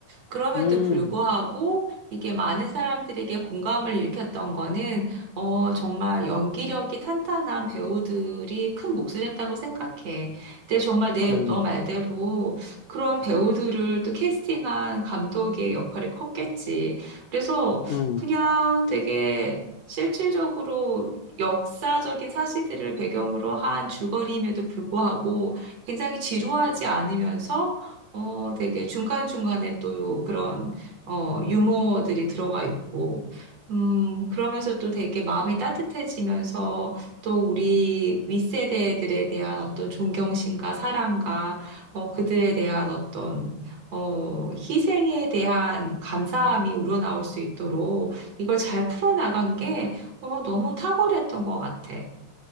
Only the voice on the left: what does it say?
음,
음,
음.